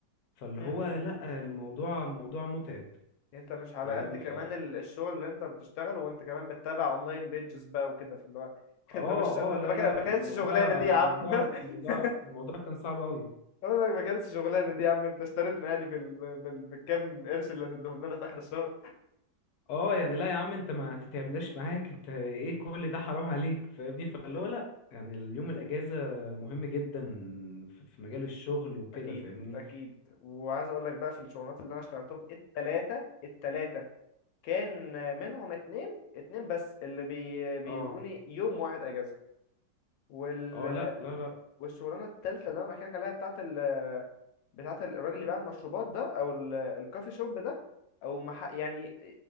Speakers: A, on the left (about 65°); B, on the left (about 90°).
A: فاللي
B: م-
A: هو
B: م-
A: لا
B: م.
A: الموضوع موضوع متعب
B: انت مش على
A: فاهم
B: قد كمان
A: ف
B: ال- الشغل اللي انت بتشتغله وانت كمان بتتابع اونلاين بيجز بقى وكده فاللي هو <laughs>
A: اه
B: ده مش ده
A: اه لا
B: ده ما كان-
A: لا
B: ما كانتش
A: الموضوع
B: شغلانة دي يا
A: الموضوع
B: عم
A: الموضوع
B: <laughs>
A: الموضوع كان صعب قوي
B: أقول لك ما كانتش شغلانة دي يا عم انت اشتريتنا يعني بال... بال... بالكم قرش اللي هتديهم لنا في اخر الشهر
A: اه يعني لا يا عم انت ما تتعبناش معاك انت ايه كل ده حرام عليك فاهمني فاللي هو لا يعني اليوم الاجازه مهم جدا في في مجال الشغل وكده
B: اكيد
A: فاهمني
B: اكيد وعايز اقول لك بقى في الشغلانات اللي انا اشتغلتهم التلاتة التلاتة كان منهم اتنين اتنين بس اللي بي بيدوني
A: اه
B: يوم واحد اجازه وال...
A: اه لا لا لا
B: والشغلانه التالتة اللي انا بحكي لك عليها بتاعت ال... بتاعت الراجل اللي بيعمل المشروبات ده او ال... الكافي شوب ده او مح... يعني